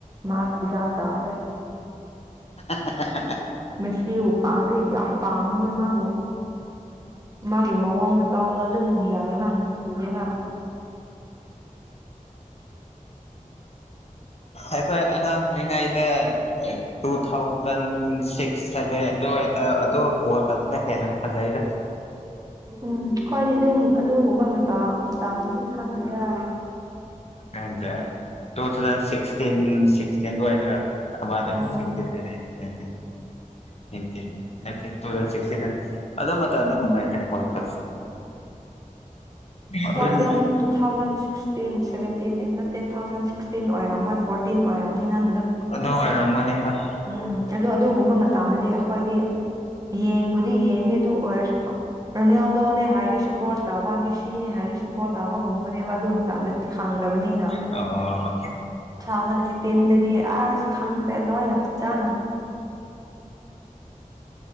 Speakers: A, on the right; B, on the left.
A: ꯃꯥꯛ ꯕꯤꯖꯥꯛ ꯇꯥꯈ꯭ꯔꯦ꯫
B: <inaudible>
A: ꯃꯦꯁꯤꯕꯨ ꯄꯥꯝꯒꯩ ꯌꯥꯝ ꯄꯥꯝꯃꯤꯅꯦ ꯃꯥꯕꯨ ꯃꯥꯒꯤ ꯃꯑꯣꯡ ꯃꯇꯧꯗ ꯑꯗꯨꯝ ꯌꯥꯏꯑꯕ ꯅꯨꯡꯁꯤꯌꯦꯕ
B: ꯑꯩꯈꯣꯏ ꯑꯉꯥꯡ ꯑꯣꯏꯔꯤꯉꯩꯗ ꯇꯨꯊꯥꯎꯖꯟ ꯁꯤꯛꯁ ꯁꯚꯦꯟ ꯑꯗꯨꯋꯥꯏꯗꯥ ꯑꯗꯨ ꯋꯥꯔꯜ ꯀꯞ ꯇꯨꯅ ꯍꯦꯟꯅ ꯐꯖꯩꯗ
A: ꯎꯝ ꯈꫭꯏꯗꯤ ꯑꯗꯨꯝ ꯑꯗꯨꯒꯨꯝꯕ ꯃꯇꯝ ꯃꯇꯝꯗꯨꯗꯤ ꯈꯪꯗꯦꯗ꯫
B: ꯈꯪꯗꯔꯦ ꯇꯨꯊꯥꯎꯖꯟ ꯁꯤꯛꯁ ꯆꯤꯟ ꯁꯤꯛꯁꯇꯤꯟ ꯑꯗꯨꯋꯥꯏꯗ꯭ꯔꯥ ꯑꯃ ꯂꯩ
A: ꯎꯝ
B: ꯁꯥꯛꯁꯇꯤꯟ ꯑꯦꯠꯇꯤꯟ ꯅꯥꯟꯇꯤꯟ ꯅꯥꯟꯇꯤꯟ ꯅꯠꯇꯦ ꯇꯨꯊꯥꯎꯖꯟ ꯁꯤꯛꯁꯇꯤꯟ ꯑꯦꯟ ꯑꯗꯨ ꯃꯇꯝꯗ
A: ꯎꯝ
B: ꯅꯨꯡꯉꯥꯏꯗ ꯋꯥꯔꯜ ꯀꯞ
A: ꯇꯨꯊꯥꯎꯖꯟ
B: ꯑꯗꯨ
A: ꯇꯨꯊꯥꯎꯖꯟ ꯁꯤꯛꯁꯇꯤꯟ ꯁꯚꯦꯟꯇꯤꯟ ꯑꯦꯠ ꯅꯠ ꯇꯦꯊꯥꯎꯖꯟ ꯁꯤꯛꯁꯇꯤꯟ ꯑꯣꯏꯔꯝꯃꯣꯏ ꯐꯣꯔꯇꯤꯟ ꯑꯣꯏꯔꯝꯅꯤ ꯅꯪꯒꯤꯗꯣ
B: ꯑꯗꯨ ꯑꫭꯏꯔꯝꯃꯅꯤ ꯍꫭꯏ꯫
A: ꯎꯝ ꯑꯗꯨ ꯑꯗꯨꯒꯨꯝꯕ ꯃꯇꯝꯗꯗꯤ ꯑꯈꫭꯏꯗꯤ ꯌꯦꯡꯕꯨꯗꯤ ꯌꯦꯡꯉꯦ ꯑꯗꯨ ꯑꯣꯏꯔꯁꯨ ꯔꯣꯅꯦꯜꯗꯣꯅꯦ ꯍꯥꯏꯔꯗꯤ ꯁꯞꯄꯣꯔꯠ ꯇꯧꯕ ꯃꯦꯁꯤꯅꯦ ꯍꯥꯏꯔꯗꯤ ꯁꯞꯄꯣꯔꯠ ꯇꯧꯕꯒꯨꯝꯕꯅꯦꯕ ꯑꯗꯨ ꯃꯇꯝꯗꯗꯤ ꯈꯪꯗꯕꯅꯤꯅ
B: ꯑꯍꫭ
A: ꯇꯨꯊꯥꯎꯖꯟ ꯑꯦꯠꯇꯤꯟꯗꯗꯤ ꯑꯁ ꯈꯪꯈ꯭ꯔꯦ ꯂꯣꯏꯅ ꯐꯖꯅꯥ